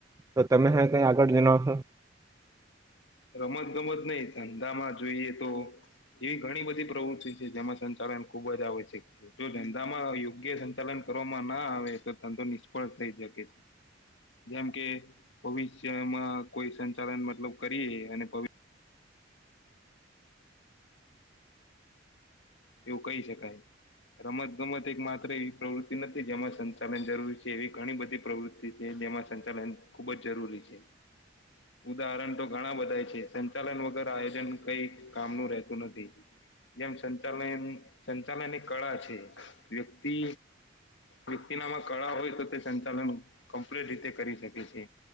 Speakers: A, on the right; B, on the left.
A: તો તમે હા કંઈ આગળ જણાવશો.
B: રમત ગમત નહી ધંધામાં જોઈએ તો એવી ઘણી બધી પ્રવૃતિ છે જેમાં સંચાલન ખુબ જ આવશ્યક છે. જો ધંધામાં યોગ્ય સંચાલન કરવામાં ના આવે તો ધંધો નિષ્ફળ થઈ શકે છે. જેમ કે ભવિષ્યમાં કોઈ સંચાલન મતલબ કરીએ અને ભવિ એવું કહી શકાય. રમત ગમત એક માત્ર એવી પ્રવૃતિ નથી જેમાં સંચાલન જરૂરી છે એવી ઘણી બધી પ્રવૃત તેકે જેમાં સંચાલન ખુબ જ જરૂરી છે. ઉદાહરણ તો ઘણા બધાય છે સંચાલન વગર આયોજન કઈ કામનું રહેતું નથી. જેમ સંચાલયેન સંચાલન એ કળા છે વ્યક્તિ વ્યક્તિનામાં કળા હોય તો તે સંચાલન કમ્પ્લીટ રીતે કરી શકે છે.